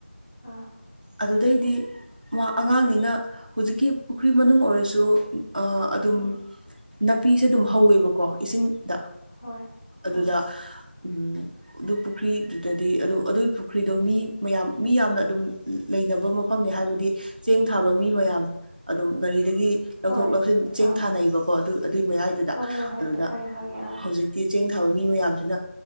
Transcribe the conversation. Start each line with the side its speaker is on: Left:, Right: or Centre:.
Left: ꯑꯥ
Right: ꯑꯗꯨꯗꯩꯗꯤ ꯃꯥ ꯑꯉꯥꯡꯅꯤꯅ ꯍꯧꯨꯖꯤꯛꯀꯤ ꯄꯨꯈ꯭ꯔꯤ ꯃꯅꯨꯡ ꯑꯣꯏꯔꯁꯨ ꯑꯥ ꯑꯗꯨꯝ
Left: ꯎꯝ
Right: ꯅꯥꯄꯤꯁꯦ ꯑꯗꯨꯝ ꯍꯧꯋꯦꯕꯀꯣ ꯏꯁꯤꯡꯗ
Left: ꯍꯣꯏ
Right: ꯑꯗꯨꯗ
Left: ꯑꯥ
Right: ꯎꯝ ꯑꯗꯨ ꯄꯨꯈ꯭ꯔꯤꯗꯨꯗꯗꯤ ꯑꯗꯨ ꯑꯗꯨꯏ ꯄꯨꯈ꯭ꯔꯤꯗꯣ ꯃꯤ ꯃꯌꯥꯝ ꯃꯤ ꯌꯥꯝꯅ ꯑꯗꯨꯝ ꯂꯩꯅꯕ ꯃꯐꯝꯅꯦ ꯍꯥꯏꯕꯗꯤ ꯆꯦꯡ ꯊꯥꯕ ꯃꯤ ꯃꯌꯥꯝ ꯑꯗꯨꯝ ꯒꯥꯔꯤꯗꯒꯤ ꯂꯧꯊꯣꯛ
Left: ꯍꯣꯏ
Right: ꯂꯧꯁꯤꯟ ꯆꯦꯡ
Left: ꯑꯥ
Right: ꯊꯥꯅꯩꯕꯀꯣ ꯑꯗꯨ ꯑꯗꯨꯏ ꯃꯌꯥꯏꯗꯨꯗ
Left: ꯍꯣꯏ ꯍꯣꯏ ꯍꯣꯏ
Right: ꯑꯗꯨꯗ
Left: ꯈꯪꯉꯦ ꯈꯪꯉꯦ ꯑꯥ
Right: ꯍꯧꯖꯤꯛ ꯇꯦ ꯆꯦꯡ ꯊꯥꯕ ꯃꯤ ꯃꯌꯥꯝꯁꯤꯅ